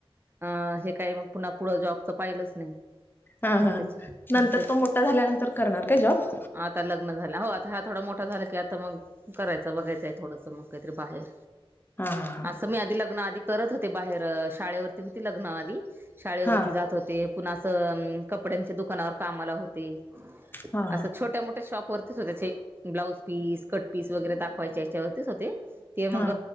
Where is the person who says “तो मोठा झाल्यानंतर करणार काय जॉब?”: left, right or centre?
Left